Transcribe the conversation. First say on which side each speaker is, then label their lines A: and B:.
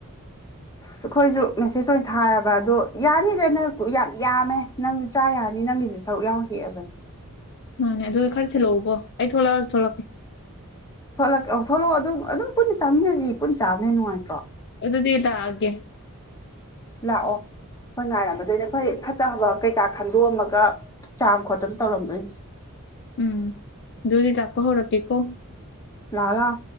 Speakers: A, on the left; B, on the left.
A: ꯑꯩꯈꯣꯏꯁꯨ ꯃꯦꯁꯦꯖ ꯑꯣꯏꯅ ꯊꯥꯔꯕ ꯑꯗꯣ ꯌꯥꯅꯤꯗ ꯅꯪ ꯌꯥꯝ ꯌꯥꯝꯃꯦ ꯅꯪ ꯆꯥ ꯌꯥꯅꯤ ꯅꯪꯒꯤꯁꯨ ꯁꯔꯨꯛ ꯌꯥꯎꯅ ꯍꯦꯛꯑꯕꯅꯦ
B: ꯃꯥꯅꯦ ꯑꯗꯨ ꯈꯔ ꯊꯤꯜꯂꯛꯎꯀꯣ ꯑꯩ ꯊꯣꯛꯂꯛꯑꯁꯨ ꯊꯣꯛꯂꯛꯀꯦ
A: ꯊꯣꯛꯂꯛ ꯑꯣ ꯊꯣꯛꯂꯛꯑꯣ ꯑꯗꯨ ꯑꯗꯨꯝ ꯄꯨꯟꯅ ꯆꯥꯃꯤꯟꯅꯁꯤ ꯄꯨꯟꯅ ꯆꯥꯕꯅꯦ ꯍꯦꯟꯅ ꯅꯨꯡꯉꯥꯏꯇ꯭ꯔꯣ
B: ꯑꯣꯗꯨꯗꯤ ꯂꯥꯛꯑꯒꯦ
A: ꯂꯥꯛꯑꯣ ꯍꯣꯏ ꯉꯥꯏꯔꯝꯃꯗꯣꯏꯅꯦ ꯑꯩꯈꯣꯏ ꯐꯠꯇꯕ ꯀꯩꯀꯥ ꯈꯟꯗꯣꯛꯑꯝꯃꯒ ꯆꯥꯝ ꯈꯣꯠꯇꯅ ꯇꯧꯔꯝꯗꯣꯏꯅꯦ
B: ꯎꯝ ꯗꯨꯗꯤ ꯂꯥꯛꯄ ꯍꯧꯔꯒꯦꯀꯣ
A: ꯂꯥꯛꯑꯣ ꯂꯥꯛꯑꯣ